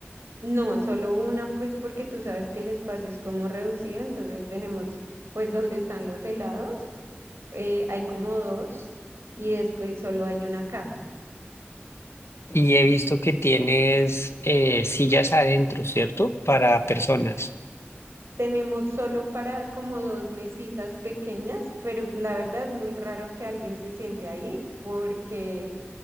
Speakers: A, on the right; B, on the left.
A: No, solo una, pues porque tú sabes que el espacio es como reducido, entonces tenemos pues donde están los helados, eh, hay como dos y después solo hay una caja.
B: Y he visto que tienes eh, sillas adentro, ¿cierto? Para personas.
A: Tenemos solo para como dos mesitas pequeñas, pero la verdad es muy raro que alguien se siente ahí porque